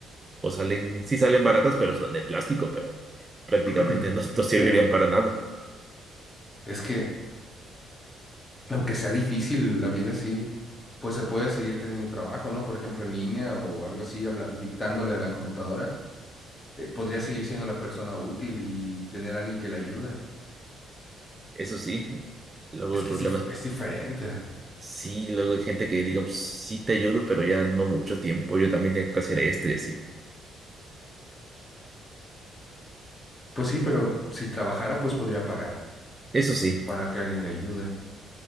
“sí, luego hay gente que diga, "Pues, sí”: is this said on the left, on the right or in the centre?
Right